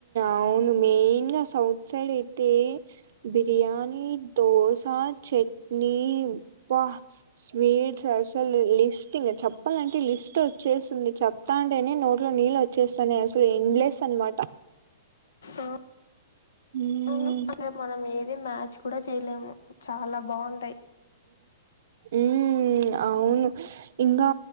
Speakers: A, on the right (about 60°); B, on the left (about 85°).
A: అవును మెయిన్ గా సౌత్ సైడ్ అయితే బిర్యానీ దోశ చట్నీ అబ్బా సు మీట్స్ అసలు లిస్టింగ్ చెప్ చెప్పాలంటే లిస్ట్ వచ్చేసింది చెప్తాంటేనే నో నోట్లో నీళ్లు వచ్చేస్తానయి అసలు ఇండ్లె న్మాట
B: ఆ
A: హ్మ్
B: అవును అట్లా మనం ఏది ఇది మ్యాచ్ కూడా చెయ్యలేము చాలా బాగుంటాయి
A: ఊ అవును ఇంకా